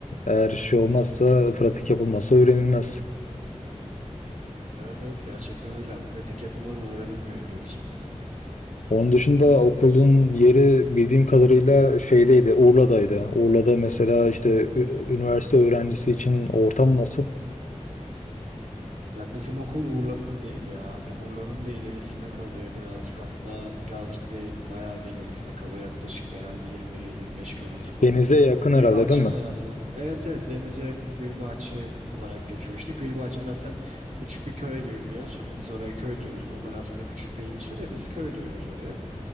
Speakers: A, on the left (about 80°); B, on the right (about 80°).
A: Eğer şey olmazsa, pratik yapılmazsa öğrenilmez.
B: Evet evet gerçekten öyle. Yani pratik yapılmadan öğrenilmiyor İngilizce.
A: Onun dışında okulun yeri bildiğim kadarıyla şeydeydi, Urla'daydı. Urla'da mesela işte ü- üniversite öğrencisi için ortam nasıl?
B: Ya bizim okul Urla'da da değil ya. Hani Urla'nın da ilerisinde kalıyor birazcık hatta birazcık değil bayağı bir ilerisinde kalıyor. Yaklaşık bir herhalde yirmi yirmi beş kilometre falan.
A: Denize yakın
B: Gülbahçe
A: herhalde değil mi?
B: tarafları. Evet, evet denize yakın Gülbahçe olarak geçiyor işte. Gülbahçe zaten küçük bir köy gibi bir yer. Hani biz oraya köy diyoruz. Normal aslında küçük bir ilçe de biz köy diyoruz oraya.